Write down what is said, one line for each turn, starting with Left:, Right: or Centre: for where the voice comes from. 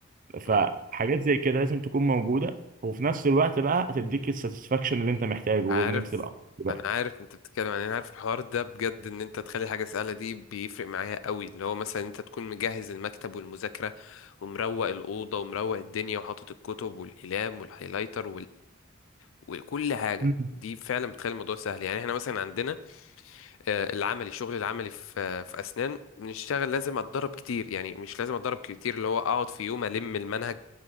Right: فحاجات
Left: مم.
Right: زي كده لازم تكون موجوده وفي نفس الوقت بقى هتديك الساتسفاكشن اللي انت محتاجه وان
Left: عارف
Right: انت تبقى مبسوط بقى
Left: انا عارف انت بتتكلم عن إيه. انا عارف الحوار ده بجد ان انت تخلي حاجة سهلة دي بيفرق معايا قوي اللي هو مثلا انت تكون مجهز المكتب والمذاكرة ومروق الأوضة ومروق الدنيا وحاطط الكتب والأقلام والهايلايتر وكل حاجه
Right: مم.
Left: دي فعلا بتخلي الموضوع سهل يعني احنا مثلا عندنا آه، العملي الشغل العملي في آه، في اسنان بنشتغل لازم اتدرب كتير يعني مش لازم اتدرب كتير اللي هو اقعد في يوم الم المنهج